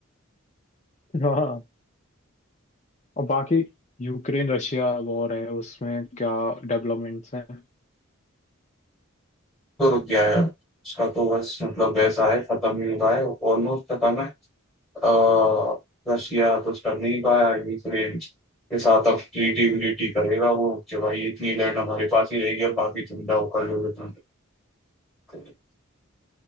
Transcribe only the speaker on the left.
हाँ और बाकी यूक्रेन रशिया वॉर है उसमें क्या डेवलपमेंट्स हैं